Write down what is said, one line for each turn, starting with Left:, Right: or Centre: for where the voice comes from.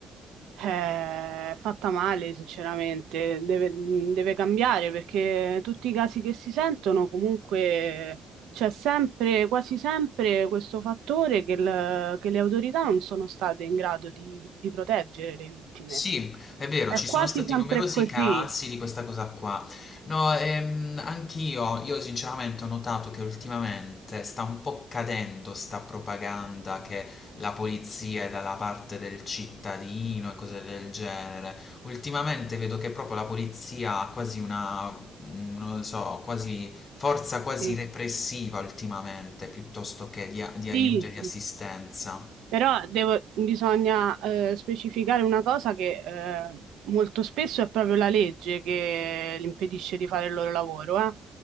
Right: eh, è fatta male, sinceramente. Deve, mm, deve cambiare perché tutti i casi che si sentono, comunque c'è sempre, quasi sempre, questo fattore che, il- che le autorità non sono state in grado di, di proteggere le vittime.
Left: Sì, è vero,
Right: È
Left: ci
Right: quasi
Left: sono stati
Right: sempre
Left: numerosi
Right: così.
Left: casi di questa cosa qua. No, ehm, anch'io, io sinceramente ho notato che ultimamente sta un po' cadendo sta propaganda che la polizia è dalla parte del cittadino e cose del genere. Ultimamente vedo che proprio la polizia ha quasi una, mm, non lo so, quasi forza quasi
Right: Sì,
Left: repressiva ultimamente, piuttosto che di, a- di
Right: sì,
Left: aiuto e di assistenza.
Right: sì. Però devo- bisogna eh, specificare una cosa che eh, molto spesso è proprio la legge che li impedisce di fare il loro lavoro, eh.